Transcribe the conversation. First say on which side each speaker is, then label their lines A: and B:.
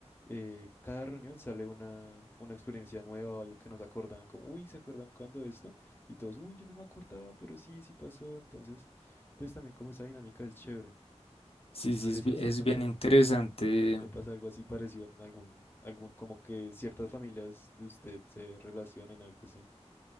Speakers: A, on the left; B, on the left.
A: eh, cada reunión sale una, una experiencia nueva o algo que nos acordaban, como, uy, ¿se acuerdan cuando esto? Y todos, uy, yo no me acordaba, pero sí, sí pasó. Entonces, pues también como esa dinámica es chévere.
B: Sí,
A: No
B: sí,
A: sé
B: es,
A: si
B: bi-
A: a usted
B: es
A: también
B: bien interesante.
A: le pasa algo así parecido en algún, algún, como que ciertas familias de usted se relacionen, algo así.